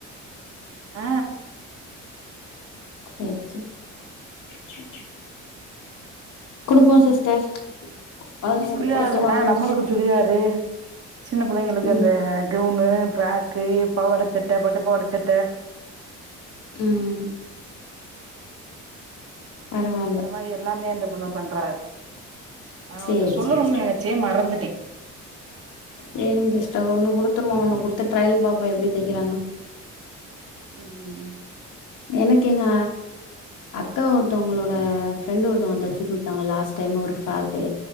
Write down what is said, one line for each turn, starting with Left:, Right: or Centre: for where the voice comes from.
Right: அ
Left: சேர் சேர் குடுப்போ சிஸ்டர் கொழந்தைங்களுக்கு
Right: சுடிதார்
Left: குடுத்து வாங்குவோ
Right: அ நம்மளுக்கு சுடிதாரு சின்ன புள்ளைங்களுக்கு
Left: ம்
Right: அந்த கெவ்னு பிராக் க்கு பாவாடசட்ட பட்டுப்பவாடச்சட்ட
Left: ம் பரவா
Right: இந்த மாரி எல்லாமே அந்த புள்ள பண்றாக நா
Left: சேரி
Right: ஒன்ட்ட சொல்லணும்ன்
Left: சேரி சேரி
Right: நெனச்சே மறந்துட்டே
Left: சேரிங்க சிஸ்டர் ஒன்னு குடுத்துருவோ ஒன்னு குடுத்து ட்ரயல் பாப்போ எப்டி தைக்கிறாங்கனு
Right: ம்
Left: எனக்கு எங்க அக்கா ஒருத்தவ்ங்களோட ஃப்ரெண்டு் ஒருத்தவ்ங்க தச்சு குடுத் தாங்க லாஸ்ட் டைம் ஒரு ஃப்ராகு